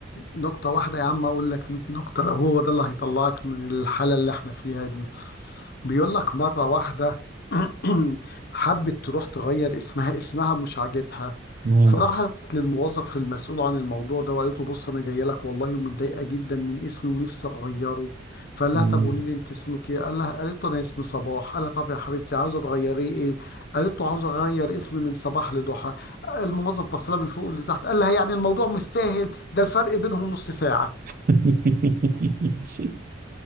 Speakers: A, on the left; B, on the right.
A: نكته واحده يا عم اقول لك 100 نكته لو هو ده اللي هيطلعك من الحاله اللي احنا فيها دي بيقول لك مرة واحدة <clears throat> حبت تروح تغير اسمها اسمها مش عاجبها
B: مم.
A: فراحت للموظف المسؤول عن الموضوع ده وقالت له بص انا جايه لك والله ومتضايقه جدا من اسمي ونفسي اغيره فقال لها
B: مم.
A: طب قولي لي انت اسمك ايه قال لها قالت له انا اسمي صباح قال لها طب يا حبيبتي عاوزه تغيري ايه قالت له عاوزه اغير اسمي من صباح لضحى الموظف بص لها من فوق لتحت قال لها يعني الموضوع مش سهل ده الفرق بينهم نص ساعه
B: <laughs>